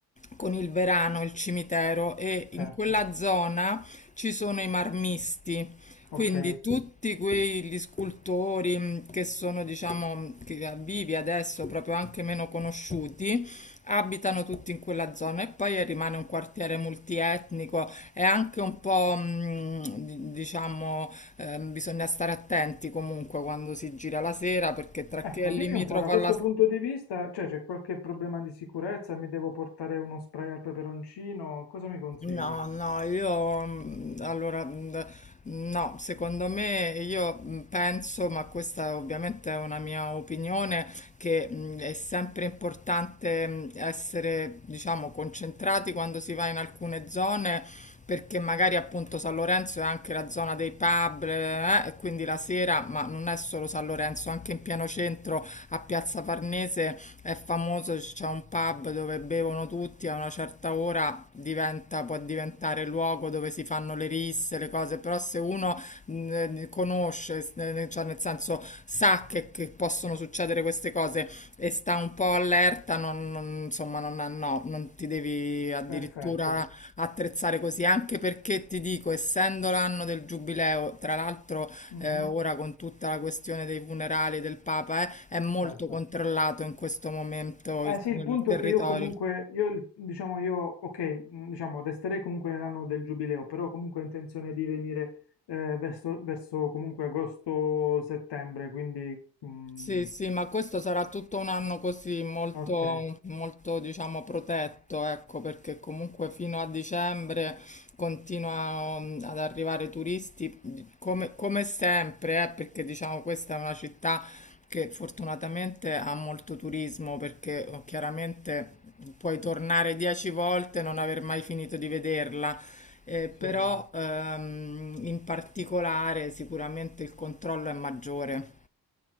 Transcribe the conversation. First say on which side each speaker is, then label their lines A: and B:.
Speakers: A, on the left (about 20°); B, on the left (about 80°).
A: con il Verano, il cimitero e
B: certo,
A: in quella zona ci sono i marmisti. Quindi
B: ok.
A: tutti quegli scultori mh, che sono, diciamo, mm, che- eh, vivi adesso, proprio anche meno conosciuti, abitano tutti in quella zona e poi rimane un quartiere multietnico e anche un po', mh, di- diciamo, ehm, bisogna stare attenti comunque quando si gira la sera perché tra
B: Ecco,
A: chi è limitrofo
B: dimmi un po', da questo
A: alla
B: punto di vista, cioè c'è qualche problema di sicurezza? Mi devo portare uno spray al peperoncino? Cosa mi consigli?
A: No, no, io mm, allora mm, d- no, secondo me io mm, penso, ma questa ovviamente è una mia opinione, che mm, è sempre importante mm, essere, diciamo, concentrati quando si va in alcune zone. Perché magari appunto San Lorenzo è anche la zona dei pub, eh, e quindi la sera, ma non è solo San Lorenzo, anche in pieno centro a Piazza Farnese è famoso, c'è cioè, un pub dove bevono tutti, a una certa ora diventa, può diventare luogo dove si fanno le risse, le cose, però se uno mh, conosce, s- eh, cioè nel senso sa che, che possono succedere queste cose e sta un po' allerta, non, non- insomma, non, no, non ti devi addirittura
B: Perfetto.
A: attrezzare così, anche perché ti dico, essendo l'anno del giubileo, tra l'altro
B: Mhm,
A: eh, ora con tutta la questione dei funerali del Papa, eh, è molto
B: certo.
A: controllato in questo momento
B: Eh
A: il
B: sì, il punto
A: il territorio.
B: è che io comunque, io, il- diciamo, io, ok, mm, diciamo, resterei comunque nell'anno del giubileo, però comunque ho intenzione di venire eh, verso, verso comunque agosto-settembre, quindi, mm,
A: Sì, sì, ma questo sarà tutto un anno così, molto,
B: ok,
A: molto, diciamo, protetto, ecco, perché comunque fino a dicembre continuano ad arrivare turisti, come, come sempre, eh, perché diciamo questa è una città che fortunatamente ha molto turismo, perché oh, chiaramente puoi tornare dieci volte e non aver mai finito di vederla. Eh, però
B: sì, è vero.
A: ehm, in particolare sicuramente il controllo è maggiore.